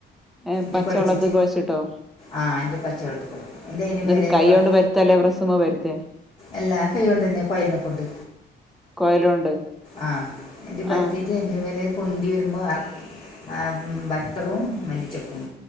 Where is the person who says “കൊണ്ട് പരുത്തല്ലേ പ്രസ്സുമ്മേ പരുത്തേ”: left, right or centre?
Centre